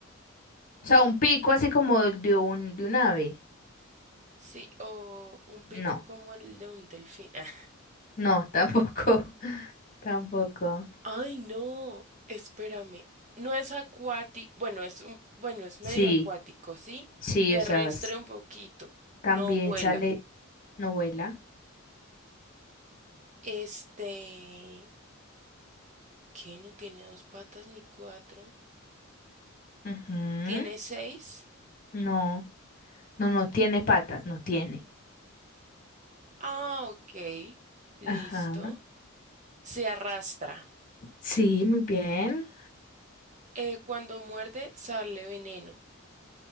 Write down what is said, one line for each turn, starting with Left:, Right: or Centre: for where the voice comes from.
Left: O sea, un pico así como de un, de un ave.
Right: Sí, o un pico
Left: No,
Right: como el de un delfín. <laughs> Ah.
Left: no, tampoco. <laughs> Tampoco.
Right: Ay, no, espérame. No es acuático, bueno, es un, bueno, es medio
Left: Sí,
Right: acuático, ¿sí?
Left: sí,
Right: Terrestre
Left: o sea, es-
Right: un poquito,
Left: también
Right: no vuela.
Left: sale novela.
Right: Este, ¿qué? No tiene dos patas ni cuatro.
Left: Ujú.
Right: ¿Tiene seis?
Left: No, no, no tiene patas, no tiene.
Right: Ah, ok, listo.
Left: Ajá.
Right: Se arrastra.
Left: Sí, muy bien.
Right: Eh, cuando muerde, sale veneno.